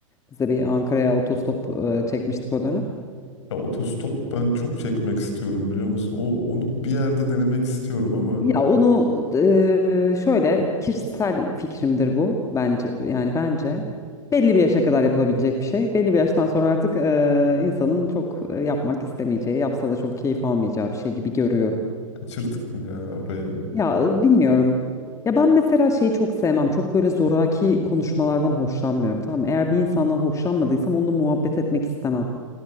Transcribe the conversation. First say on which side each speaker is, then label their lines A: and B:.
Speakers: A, on the left; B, on the left.
A: Biz de bir Ankara'ya otostop eee, çekmiştik o dönem.
B: Ya otostop ben çok çekmek istiyorum biliyor musun? O, onu bir yerde denemek istiyorum ama
A: Ya onu eee, şöyle kişisel fikrimdir bu bence yani bence belli bir yaşa kadar yapılabilecek bir şey. Belli bir yaştan sonra artık eee, insanın çok e, yapmak istemeyeceği, yapsa da çok keyif almayacağı bir şey gibi görüyorum.
B: kaçırdık mı ya orayı?
A: Ya e, bilmiyorum. Ya ben mesela şeyi çok sevmem. Çok böyle zoraki konuşmalardan hoşlanmıyorum. Tamam mı? Eğer bir insandan hoşlanmadıysam onunla muhabbet etmek istemem.